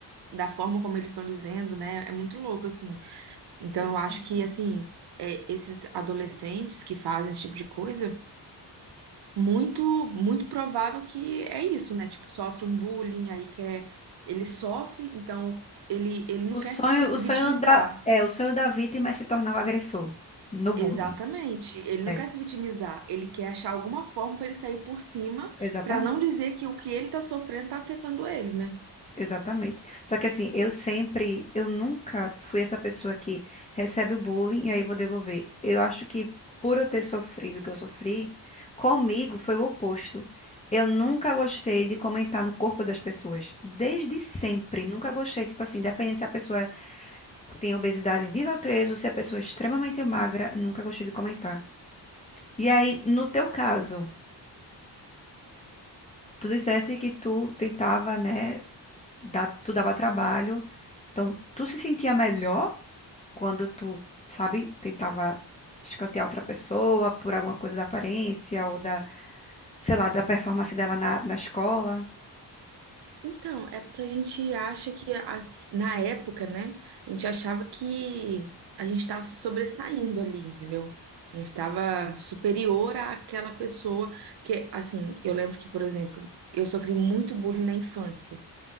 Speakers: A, on the right; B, on the left.
A: da forma como eles estão dizendo, né? É muito louco, assim. Então,
B: Exatamente.
A: eu acho que, assim, é, esses adolescentes que fazem esse tipo de coisa muito muito provável que é isso, né? Tipo, sofre um bullying aí quer ele sofre, então ele ele não
B: O sonho,
A: quer se
B: o
A: vitimizar.
B: sonho da, é, o sonho da vítima é se tornar o agressor no bullying.
A: Exatamente. Ele não
B: É,
A: quer se vitimizar, ele quer achar alguma forma para ele sair por cima,
B: exatamente.
A: para não dizer que o que ele tá sofrendo tá afetando ele, né?
B: Exatamente. Só que assim, eu sempre, eu nunca fui essa pessoa que recebe o bullying e aí vou devolver. Eu acho que por eu ter sofrido o que eu sofri, comigo foi o oposto. Eu nunca gostei de comentar no corpo das pessoas. Desde sempre. Nunca gostei, tipo assim, independente se a pessoa é- tem obesidade nível 3 ou se a pessoa é extremamente magra, nunca gostei de comentar. E aí, no teu caso, tu dissesse que tu tentava, né, dar, tu dava trabalho. Então, tu se sentia melhor? quando tu, sabe, tentava escantear outra pessoa por alguma coisa da aparência ou da, sei lá, da performance dela na, na escola.
A: Então, é porque a gente acha que as- na época, né, a gente achava que a gente estava se sobressaindo ali, entendeu? A gente estava superior àquela pessoa que, assim, eu lembro que, por exemplo, eu sofri muito bullying na infância.